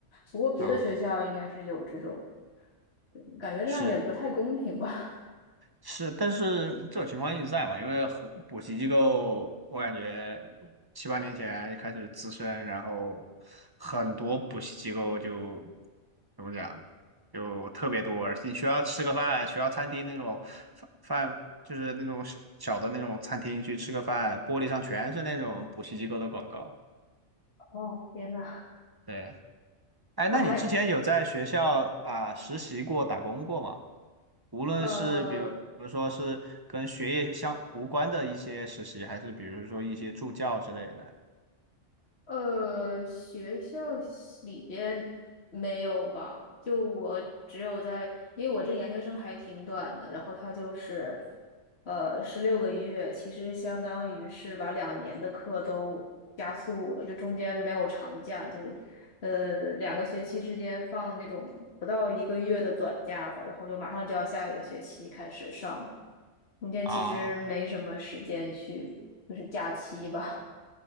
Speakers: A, on the left (about 55°); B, on the right (about 20°).
A: 不过别的学校应该是有这种，
B: 啊。
A: 对感觉这样也不太公平吧。
B: 是是，但是这种情况一直在嘛，因为很补习机构，我感觉七八年前开始滋生，然后很多补习机构就怎么讲，就特别多。你学校吃个饭，学校餐厅那种饭饭就是那种小小的那种餐厅去吃个饭，玻璃上全是那种补习机构的广告。
A: 哦，天呐，
B: 对，哎，那你之前有在学校啊、
A: 我还
B: 实习过、打工过吗？无论是比如比如说是跟学业相无关的一些实习，
A: 呃，
B: 还是比如说一些助教之类的
A: 呃，学校系里边没有吧？就我只有在，因为我这研究生还挺短的，然后它就是，呃，十六个月，其实相当于是把两年的课都加速了，就中间没有长假，就，呃，两个学期之间放那种不到一个月的短假吧，然后就马上就要下一个学期开始上，中间其实没什么时间去，
B: 啊？
A: 就是假期吧。